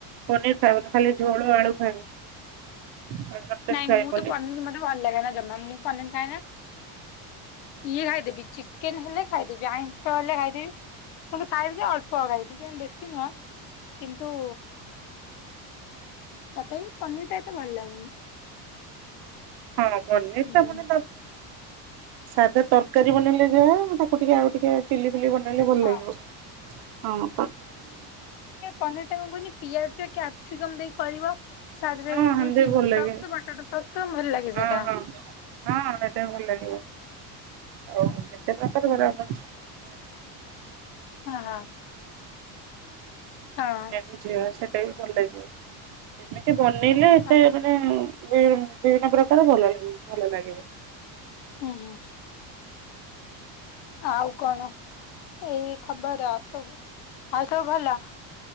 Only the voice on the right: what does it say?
ପନିର୍ ଖାଇବନି, ଖାଲି ଝୋଳ ଆଳୁ ଖାଇବ। ଟୋଟାଲି
ଖାଇବନି
ହଁ! ପନିର୍ ଟା
ପୁଣି ସାଦା ତର୍କାରୀ ବନେଇଲେ ଯାହା। ତାକୁ ଟିକେ ଆଉ ଟିକେ ଚିଲି ଫିଲି ବନେଇଲେ ଭଲ୍
ଲାଗିବ।
ହଁ ହେମିତି ବି ଭଲ ଲାଗେ
ହଁ
ହଁ ହଁ! ଏଟା ବି ଭଲ୍‌ ଲାଗିବ, ଆଉ ଯେତେ ପ୍ରକାର <inaudible>
ପନିର୍
ଭୁଜିଆ ସେଟା ବି ଭଲ୍‌ ଲାଗିବ। ଯେ ବନେଇଲେ ଏତେ
ମାନେ, ବି---ବିଭିନ୍ନ ପ୍ରକାର ଭଲ ଭଲ ଲାଗିବ।